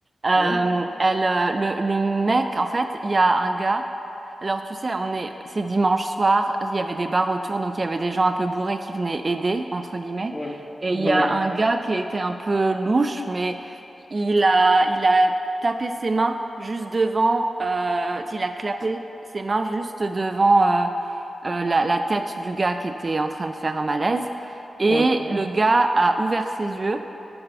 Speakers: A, on the right; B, on the left.
A: euh,
B: ouais,
A: elle, euh, le, le mec, en fait, il y a un gars. Alors, tu sais, on est, c'est dimanche soir, il y avait des bars autour, donc il y avait des gens un peu bourrés qui venaient aider, entre guillemets.
B: ouais,
A: Et
B: ouais,
A: il y a un gars qui était un peu louche, mais il a, il a tapé ses mains juste devant, euh, il a clapé ses mains juste devant euh, euh, la, la tête du gars qui était en train de faire un malaise. Et
B: ouais,
A: le gars a ouvert ses yeux